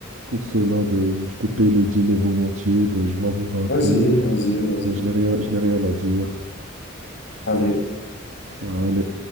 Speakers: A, on the right; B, on the left.
A: pour cela, ben, je te paye le dîner volontiers. Ben, je m'avoue vaincu.
B: vas-y, vas-y, vas-y,
A: Ben, je n'ai rien, je n'ai rien à dire.
B: allez.
A: Allez.